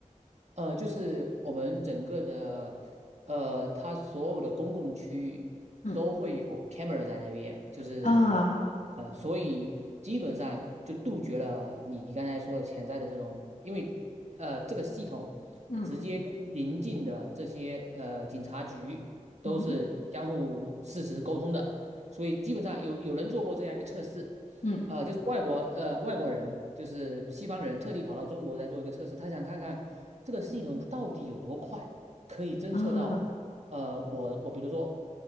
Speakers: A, on the right; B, on the left.
A: 呃，就是我们整个的，呃，它所有的公共区域都会有
B: 嗯
A: camera 在那边，就是，
B: 啊，
A: 呃，所以基本上就杜绝了你刚才说的潜在的这种，因为呃，这个系统直接跟邻近的这些呃警察局都是相互实时沟通的，
B: 嗯嗯哼
A: 所以基本上有有人做过这样一个测试，
B: 嗯
A: 呃，就是外国呃外国人，就是西方人特地跑到中国来做一个测试，他想看看这个系统到底有多快，可以侦测到，
B: 啊，
A: 呃，我我比如说